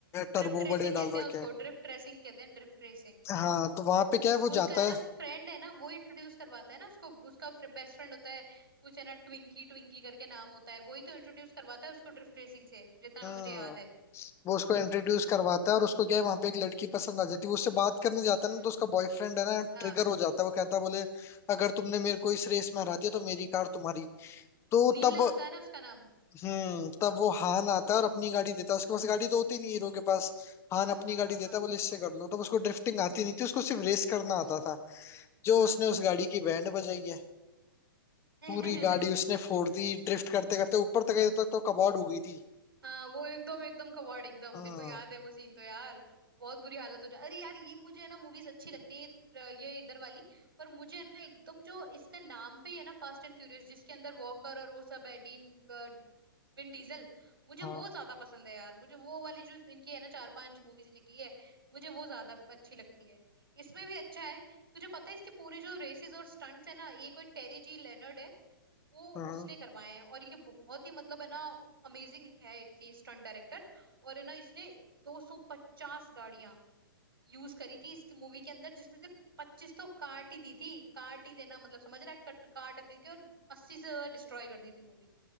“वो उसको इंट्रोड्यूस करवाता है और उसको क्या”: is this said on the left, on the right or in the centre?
Left